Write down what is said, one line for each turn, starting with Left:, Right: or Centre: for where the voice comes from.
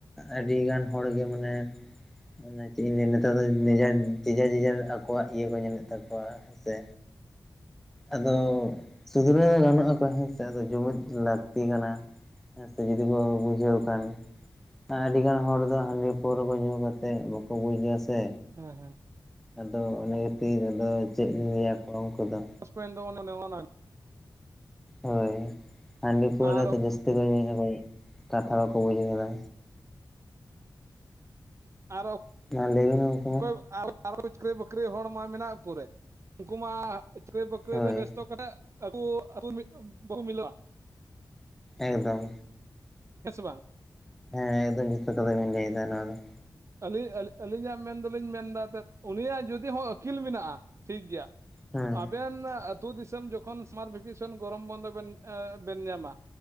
Centre: ᱟᱹᱰᱤ ᱜᱟᱱ ᱦᱚᱲ ᱜᱮ ᱢᱟᱱᱮ ᱚᱱᱟ ᱪᱮᱫ ᱤᱧ ᱞᱟᱹᱭᱼᱟ ᱱᱮᱛᱟᱨ ᱫᱚ ᱡᱮᱡᱟᱨ ᱡᱮᱡᱟᱨ ᱡᱮᱡᱟᱨ ᱟᱠᱚᱣᱟᱜ ᱤᱭᱟᱹ ᱠᱚ ᱧᱮᱞᱮᱫ ᱛᱟᱠᱚᱣᱟ ᱦᱮᱸ ᱥᱮ ᱟᱫᱚ ᱥᱩᱫᱷᱨᱟᱹᱣ ᱜᱟᱱᱚᱜ ᱟᱠᱚ ᱦᱮᱸ ᱥᱮ ᱟᱫᱚ ᱡᱩᱢᱤᱫ ᱞᱟᱹᱠᱛᱤ ᱠᱟᱱᱟ᱾ ᱦᱮᱸ ᱥᱮ ᱡᱩᱫᱤ ᱠᱚ ᱵᱩᱡᱷᱟᱹᱣ ᱠᱷᱟᱱ ᱟᱹᱰᱤ ᱜᱟᱱ ᱦᱚᱲ ᱫᱚ ᱦᱟᱺᱰᱤ ᱯᱟᱹᱣᱨᱟᱹ ᱠᱚ ᱧᱩ ᱠᱟᱛᱮᱫ ᱵᱟᱠᱚ ᱵᱩᱡᱟ ᱥᱮ
Right: ᱦᱮᱸ ᱦᱮᱸ
Centre: ᱟᱫᱚ ᱚᱱᱟ ᱛᱤ ᱨᱮᱫᱚ ᱟᱫᱚ ᱪᱮᱫ ᱤᱧ ᱞᱟᱹᱭᱼᱟ ᱠᱚᱢ ᱠᱚᱫᱚ
Right: ᱯᱟᱥᱴᱚ ᱯᱚᱭᱮᱱᱴ ᱫᱚ ᱱᱚᱜᱼᱚᱭ ᱱᱚᱣᱟ ᱜᱮ
Centre: ᱦᱳᱭ ᱦᱟᱺᱰᱤ ᱯᱟᱹᱣᱨᱟᱹᱫᱚ
Right: ᱟᱨ
Centre: ᱡᱟᱹᱥᱛᱤ ᱧᱩᱭ ᱫᱟᱠᱚ ᱠᱟᱛᱷᱟ ᱵᱟᱠᱚ ᱵᱩᱡᱷ ᱠᱟᱫᱟ᱾
Right: ᱟᱨᱚ
Centre: <unintelligible>
Right: ᱚᱠᱚᱭ ᱟᱨ ᱟᱨᱚ ᱪᱟᱹᱠᱨᱤ ᱵᱟᱹᱠᱨᱤ ᱦᱚᱲ ᱢᱟ ᱢᱮᱱᱟᱜ ᱠᱚ <unintelligible> ᱜᱮ ᱩᱱᱠᱩ ᱢᱟ, ᱪᱟᱠᱨᱤ ᱵᱟᱠᱨᱤ
Centre: ᱦᱳᱭ
Right: ᱨᱮ ᱵᱮᱥᱛᱚ ᱠᱷᱟᱛᱤᱨ ᱟᱛᱩ ᱵᱟᱠᱚ ᱦᱮᱡ ᱫᱟᱲᱮᱭᱟᱜᱼᱟ।
Centre: ᱮᱠᱫᱚᱢ,
Right: ᱦᱮᱸ ᱥᱮ ᱵᱟᱝ,
Centre: ᱦᱮᱸ ᱮᱠᱫᱚᱢ ᱡᱚᱛᱷᱟᱛ ᱠᱟᱛᱷᱟ ᱵᱮᱱ ᱞᱟᱹᱭ ᱮᱫᱟ ᱱᱚᱣᱟ ᱫᱚ।
Right: ᱟᱹᱞᱤ ᱟᱹᱞᱤᱧᱟᱜ ᱢᱮᱱ ᱫᱚ ᱞᱤᱧ ᱢᱮᱱᱫᱟ ᱡᱮ ᱩᱱᱤᱭᱟᱜ ᱡᱩᱫᱤ ᱦᱚᱸ ᱟᱹᱠᱤᱞ ᱢᱮᱱᱟᱜᱼᱟ ᱴᱷᱤᱠ ᱜᱮᱭᱟ।
Centre: ᱦᱮᱸ
Right: ᱟᱵᱮᱱ ᱟᱹᱛᱩ ᱫᱤᱥᱚᱢ ᱡᱚᱠᱷᱚᱱ ᱥᱟᱢᱟᱨ ᱵᱷᱤᱠᱮᱥᱚᱱ ᱜᱚᱨᱚᱢ ᱵᱚᱱᱫᱚ ᱵᱮᱱ ᱧᱟᱢᱟ